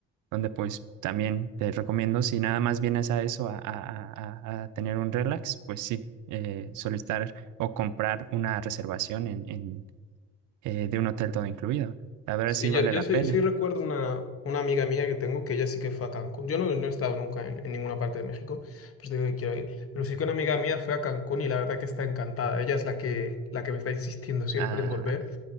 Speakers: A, on the right; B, on the left.
A: donde pues también te recomiendo, si nada más vienes a eso, a, a- a- a- a tener un relax, pues sí, eh, solicitar o comprar una reservación en, en, eh, de un hotel todo incluido. A ver
B: Sí,
A: si
B: yo,
A: vale
B: yo
A: la
B: sí,
A: pena.
B: sí recuerdo una, una amiga mía que tengo que ella sí que fue a Cancún. Yo no, no he estado nunca en, en ninguna parte de México, pues digo que quiero ir. Pero sí que una amiga mía fue a Cancún y la verdad que está encantada. Ella es la que, la que me está insistiendo siempre
A: Ah,
B: en volver